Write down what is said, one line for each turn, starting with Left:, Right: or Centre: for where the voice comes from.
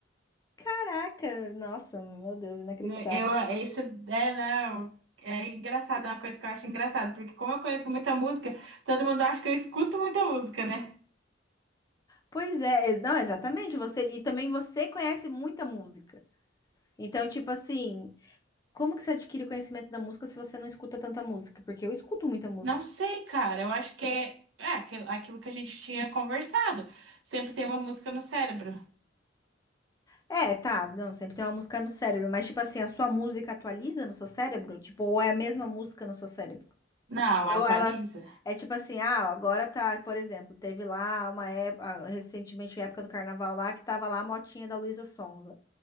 Left: Caraca, nossa, meu Deus, inacreditável.
Right: Né, Eu, é isso é, não, é engraçado, é uma coisa que eu acho engraçado, porque como eu conheço muita música, todo mundo acha que eu escuto muita música, né?
Left: Pois é, é- não, exatamente, você e também você conhece muita música. Então, tipo assim, como que você adquire conhecimento da música se você não escuta tanta música? Porque eu escuto muita música.
Right: Não sei, cara, eu acho que é, é aquilo aquilo que a gente tinha conversado. Sempre tem uma música no cérebro.
Left: É, tá, não, sempre tem uma música no cérebro, mas tipo assim, a sua música atualiza no seu cérebro? Tipo, ou é a mesma música no seu cérebro?
Right: Não,
Left: Ou
Right: atualiza.
Left: elas. É tipo assim, ah, agora tá, por exemplo, teve lá uma época, recentemente, época do carnaval lá, que tava lá a motinha da Luísa Sonza.